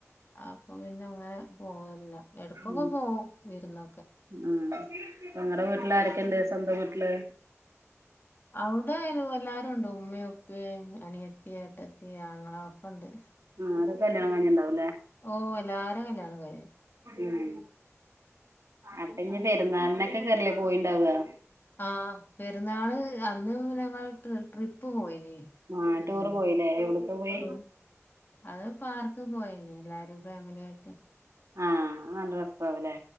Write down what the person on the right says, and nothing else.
ഉം
ഉം നിങ്ങടെ വീട്ടില് ആരൊക്കെണ്ട് സ്വന്തം വീട്ടില്
ഉം അവർതൊക്കെ കല്യാണം കഞ്ഞിണ്ടാവും
ഉം അപ്പൊ ഇനി പെരുന്നാളിനൊക്കെകായില്ലേ പോയിണ്ടാവാ
ആഹ്
ടൂറ് പോയില്ലേ എവിടക്കാ പോയി
ആഹ അത് നല്ല രസാവുല്ലേ